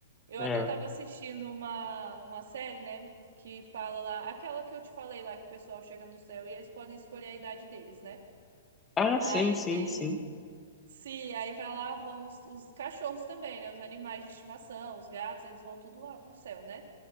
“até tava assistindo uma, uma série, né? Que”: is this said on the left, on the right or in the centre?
Right